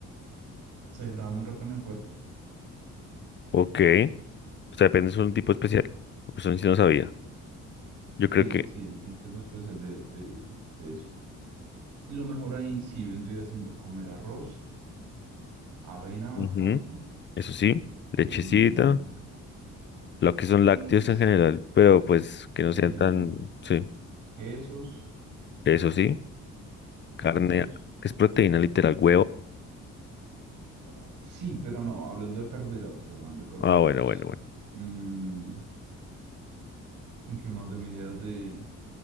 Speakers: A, on the right; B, on the left.
A: se degrada muy rápido en el cuerpo.
B: Ok, o sea, depende, es un tipo especial. Eso sí no sabía. Yo creo
A: Sí,
B: que,
A: sí, hay como tipos especial de, de, de eso. Lo mejor ahí sí vendría siendo comer arroz, avena
B: ujú,
A: bastante.
B: eso sí, lechecita,
A: em,
B: lo que son lácteos
A: el-
B: en general, pero pues que no
A: sí,
B: sean
A: sí,
B: tan,
A: sí.
B: sí,
A: Quesos,
B: eso sí, carne,
A: quesos.
B: que es proteína literal, huevo.
A: no, Sí, pero no, hablando de carbohidratos, hablando de carbohidratos.
B: Ah, bueno, bueno, bueno.
A: mm, ¿Y qué más de mi idea de,